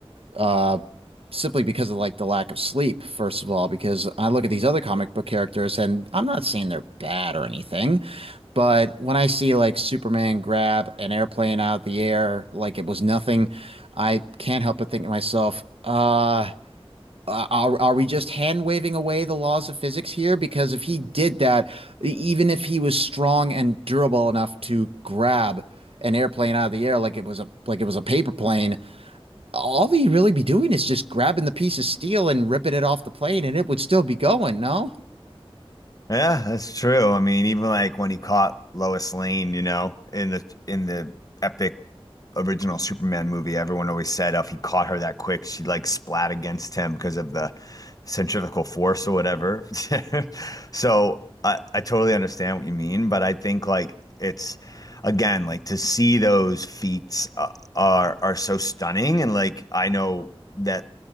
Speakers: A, on the right; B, on the left.
A: Uh, simply because of like the lack of sleep, first of all, because I look at these other comic book characters and I'm not saying they're bad or anything, but when I see like Superman grab an airplane out of the air like it was nothing, I can't help but think to myself, uh, are, are we just hand waving away the laws of physics here? Because if he did that, e, even if he was strong and durable enough to grab an airplane out of the air like it was a like it was a paper plane, all he'd really be doing is just grabbing the piece of steel and ripping it off the plane and it would still be going, no?
B: Yeah, that's true. I mean, even like when he caught Lois Lane, you know, in the in the epic original Superman movie, everyone always said oh, if he caught her that quick, she'd like splat against him because of the centrifugal force or whatever. <laughs> So I, I totally understand what you mean, but I think like it's again like to see those feats uh, are are so stunning, and like I know that